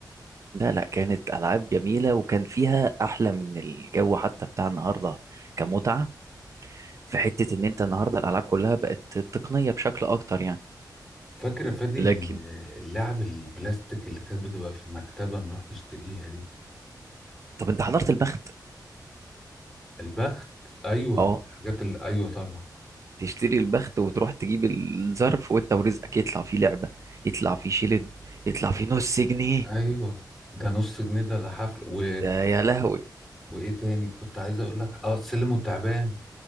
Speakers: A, on the right; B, in the centre.
A: لا لا كانت ألعاب جميلة وكان فيها أحلى من الجو حتى بتاع النهاردة كمتعة في حتة إن أنت النهاردة الألعاب كلها بقت تقنية بشكل أكتر يعني
B: فاكرة فادي
A: لكن
B: ال- اللعب البلاستيك اللي كانت بتبقى في المكتبة نروح نشتريها دي
A: طب أنت حضرت البخت؟
B: البخت أيوة
A: أه
B: حاجات ال... أيوة طبعا
A: تشتري البخت وتروح تجيب الظرف وأنت ورزقك يطلع فيه لعبة يطلع فيه شيلن يطلع فيه نص جنيه
B: أيوة ده نص جنيه ده ده حفل و...
A: ده يا لهوي
B: وإيه تاني كنت عايز أقول لك أه سلم والتعبان